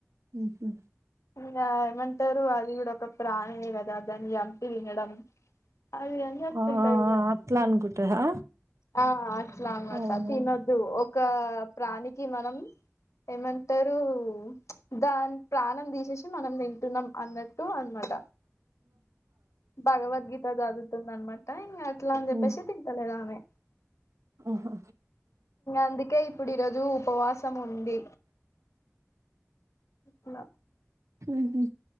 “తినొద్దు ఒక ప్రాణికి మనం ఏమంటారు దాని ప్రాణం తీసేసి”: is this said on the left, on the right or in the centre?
Left